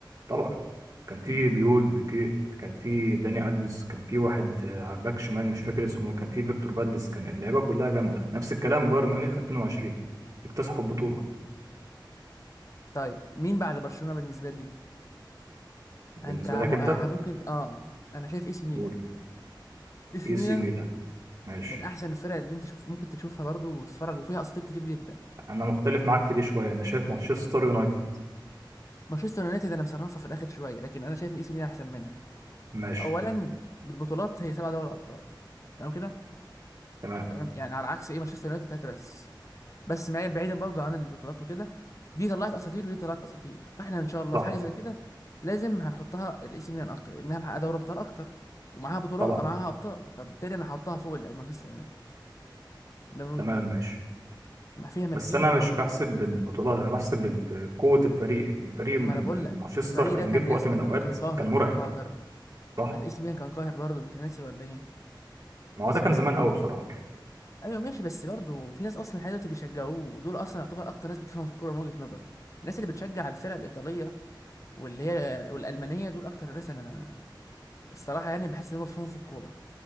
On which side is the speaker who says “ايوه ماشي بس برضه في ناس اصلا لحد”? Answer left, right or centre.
Left